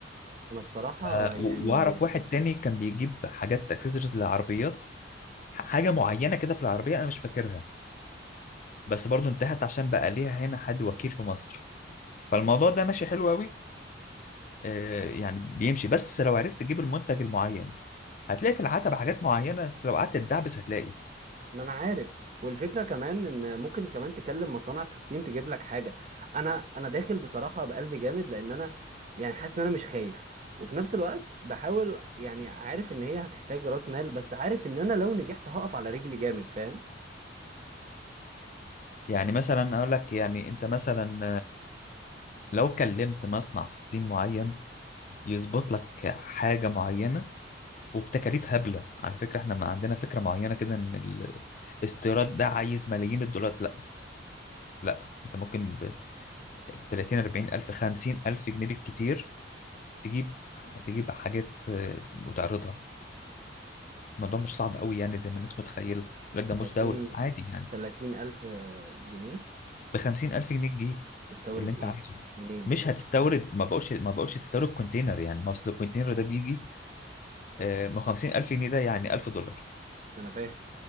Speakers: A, on the right (about 40°); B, on the left (about 45°).
A: انا بصراحة
B: ف-
A: يعني
B: و- واعرف واحد تاني كان بيجيب حاجات اكسسوارز للعربيات ح- حاجه معينه كده في العربيه انا مش فاكرها بس برضو انتهت عشان بقى ليها هنا حد وكيل في مصر فالموضوع ده ماشي حلو قوي آه، يعني بيمشي بس لو عرفت تجيب المنتج المعين هتلاقي في العتبة حاجات معينه لو قعدت تدعبس هتلاقي
A: ما انا عارف والفكرة كمان ان ممكن كمان تكلم مصانع في الصين تجيب لك حاجة انا انا داخل بصراحة بقلب جامد لان انا يعني حاسس ان انا مش خايف وفي نفس الوقت بحاول يعني عارف ان هي هتحتاج راس مال بس عارف ان انا لو نجحت هقف على رجلي جامد فاهم
B: يعني مثلا اقول لك يعني انت مثلا لو كلمت مصنع في الصين معين يظبط لك حاجة معينة وبتكاليف هبلة على فكرة احنا ما عندنا فكرة معينة كده ان الاستيراد ده عايز ملايين الدولارات لا لا انت ممكن ب 30 40 ألف 50 ألف جنيه بالكتير تجيب تجيب حاجات آه، وتعرضها الموضوع مش صعب قوي يعني زي ما الناس متخيلة لك ده مستورد
A: 30
B: عادي يعني
A: 30 الف جنيه
B: ب 50 ألف جنيه تجيب
A: تستورد
B: اللي انت
A: ايه
B: عايزه
A: منين
B: مش هتستورد ما بقولش ما بقولش تستورد كونتينر يعني ما اصل الكونتينر ده بيجي آه، ما هو 50000 جنيه ده يعني 1000 دولار
A: انا فاهم